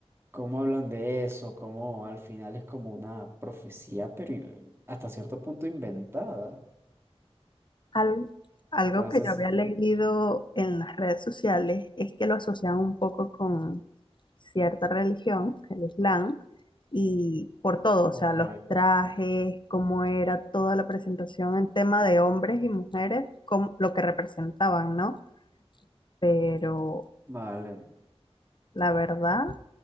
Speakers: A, on the right; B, on the left.
A: cómo hablan de eso, como al final es como una profecía, pero in- hasta cierto punto inventada.
B: Al- algo
A: Entonces,
B: que yo había
A: si te...
B: leído en las redes sociales es que lo asocian un poco con cierta religión, el Islam, y por todo,
A: Ok,
B: o sea, los trajes, cómo era toda la presentación en tema de hombres y mujeres, cómo- lo que representaban, ¿no? Pero
A: vale.
B: la verdad,